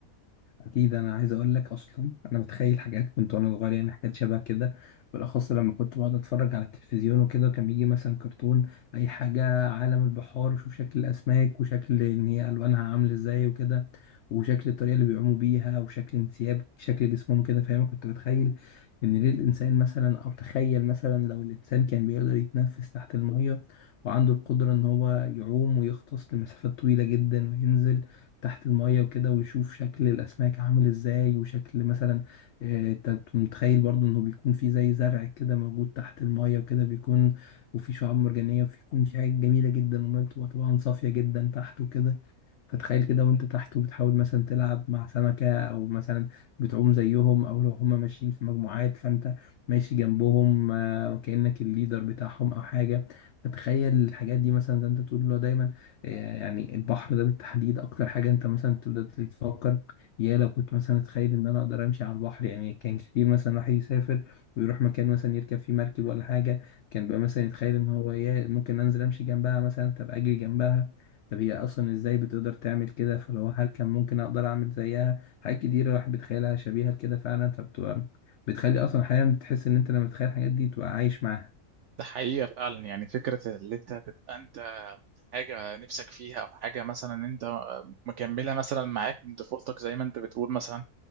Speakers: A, on the left (about 65°); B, on the right (about 65°).
A: اكيد انا عايز اقول لك اصلا انا بتخيل حاجات كنت وانا صغير يعني حاجات شبه كده بالاخص لما كنت بقعد اتفرج على التلفزيون وكده وكان بيجي مثلا كرتون اي حاجه عالم البحار وشوف شكل الاسماك وشكل ان هي الوانها عامله ازاي وكده وشكل الطريقه اللي بيعوموا بيها وشكل انسياب شكل جسمهم كده فاهم كنت بتخيل ان ليه الانسان مثلا او تخيل مثلا لو الانسان كان بيقدر يتنفس تحت الميه وعنده القدره ان هو يعوم ويغطس لمسافات طويله جدا وينزل تحت المية وكده ويشوف شكل الأسماك عامل إزاي وشكل مثلا آه، أنت متخيل برضو إنه بيكون في زي زرع كده موجود تحت المية وكده بيكون وفي شعاب مرجانية وفي يكون في حاجات جميلة جدا والمية بتبقى طبعا صافية جدا تحت وكده فتخيل كده وانت تحت وبتحاول مثلا تلعب مع سمكة او مثلا بتعوم زيهم او لو هما ماشيين في مجموعات فانت ماشي جنبهم آه، وكأنك الليدر بتاعهم او حاجة فتخيل الحاجات دي مثلا زي انت بتقول له دايما آه، يعني البحر ده بالتحديد اكتر حاجة انت مثلا تبدأ تتفكر يا لو كنت مثلا اتخيل ان انا اقدر امشي على البحر يعني كان كتير مثلا الواحد يسافر ويروح مكان مثلا يركب فيه مركب ولا حاجة كان بقى مثلا يتخيل ان هو يا ممكن انزل امشي جنبها مثلا تبقى اجري جنبها طب هي اصلا ازاي بتقدر تعمل كده فلو هل كان ممكن اقدر اعمل زيها حاجات كتيره الواحد بيتخيلها شبيهه لكده فعلا فبتبقى بتخلي اصلا احيانا بتحس ان انت لما بتتخيل الحاجات دي تبقى عايش معاها
B: ده حقيقة فعلا يعني فكرة اللي انت تبقى انت حاجة نفسك فيها او حاجة مثلا انت مكملة مثلا معاك من طفولتك زي ما انت بتقول مثلا